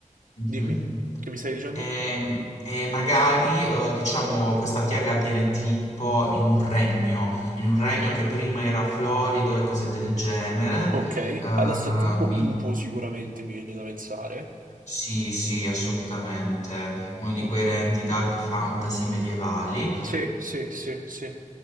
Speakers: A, on the left; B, on the right.
A: mhm.
B: Dimmi, che mi stai dicendo?
A: E, e magari, eh, diciamo, questa piaga avviene tipo in un regno, in un regno che prima era florido e cose del genere.
B: Ok,
A: Eh, Ok.
B: adesso è tutto
A: mi-
B: cupo sicuramente, mi viene da pensare.
A: Sì, sì, assolutamente. Uno di
B: Ok,
A: quei renti dark fantasy medievali. Eh,
B: sì, sì, sì, sì.